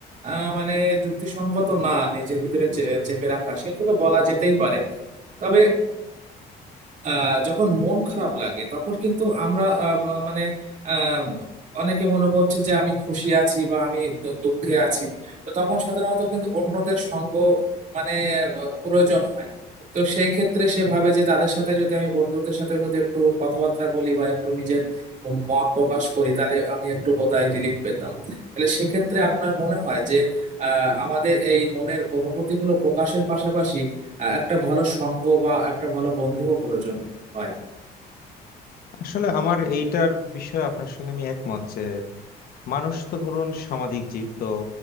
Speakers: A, on the right; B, on the left.
A: আহ, মানে যুক্তিসঙ্গত না নিজের ভিতরে চে- চেপে রাখা সেগুলো বলা যেতেই পারে তবে আহ যখন মন খারাপ লাগে তখন কিন্তু আমরা আহ, ব- মানে আহ, অনেকে মনে করছে যে আমি খুশি আছি বা আমি দু- দুঃখে আছি তো তখন সাধারণত কিন্তু অন্যদের সঙ্গ মানে আহ, প্রয়োজন হয় তো সেই ক্ষেত্রে সে ভাবে যে তাদের সাথে যদি আমি বন্ধুদের সাথে যদি একটু কথাবার্তা বলি বা একটু নিজের ম- মত প্রকাশ করি তাহলে আমি একটু বোধহয় রিলিফ পেতাম তাহলে সেক্ষেত্রে আপনার মনে হয় যে আহ আমাদের এই মনের অনুভূতিগুলো প্রকাশের পাশাপাশি আহ, একটা ভালো সঙ্গ বা একটা ভালো বন্ধুও প্রয়োজন হয়
B: আসলে আমার এইটার বিষয়ে আপনার সঙ্গে আমি একমত যে মানুষ তো ধরুন সামাজিক জীব তো